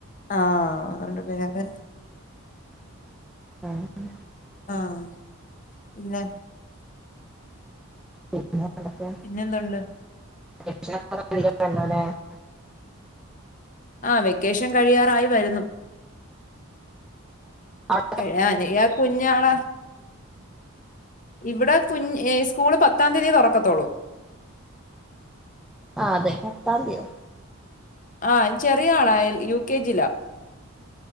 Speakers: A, on the left; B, in the centre.
A: ആഹ് അതുകൊണ്ട് പിന്നെ
B: ആഹ്
A: ആഹ് പിന്നെ
B: പിന്നെ വേറേന്തക്കെ
A: പിന്നെന്താള്ള്.
B: ണ്ടല്ലേ <unintelligible>
A: ആഹ് വെക്കേഷൻ കഴിയാറായി വരുന്നു.
B: ആഹ്
A: <unintelligible> കുഞ്ഞാളാ ഇവടെ കുഞ് സ്കൂള് പത്താം തീയതി തൊറക്കത്തോള്ളൂ.
B: ആ അതെ പത്താംന്ത്യോ
A: ആ ചെറിയ ആളാ എൽ യു കെ ജിലാ